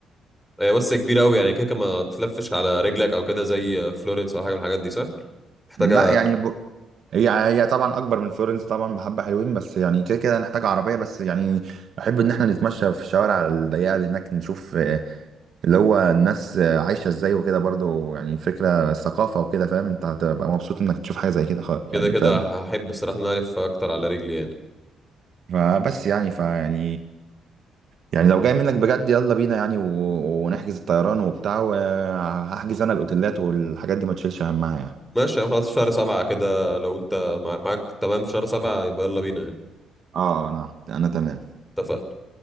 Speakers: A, in the centre; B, on the right.
A: هي بس كبيرة أوي يعني كده كده ما تلفش على رجلك أو كده زي فلورنس أو حاجة من الحاجات دي صح؟ محتاجة
B: لا يعني هي هي طبعا اكبر من فلورنس طبعا بحبه حلوين بس يعني كده كده هنحتاج عربيه بس يعني احب ان احنا نتمشى في الشوارع الضيقه اللي هناك نشوف آه، اللي هو الناس آه، عايشه ازاي وكده برضو يعني فكره ثقافه وكده فاهم انت هتبقى مبسوط انك تشوف حاجه زي كده خ-
A: كده
B: يعني
A: كده
B: فاهم
A: هحب الصراحة إن أنا ألف أكتر على رجلي يعني
B: فبس يعني فيعني يعني لو جاي منك بجد يلا بينا يعني و- ونحجز الطيران وبتاع وهحجز انا الاوتيلات والحاجات دي ما تشيلش همها يعني
A: ماشي يعني خلاص شهر سبعة كده لو أنت مع- معاك تمام في شهر سبعة يبقى يلا بينا يعني
B: اه انا انا تمام
A: اتفقنا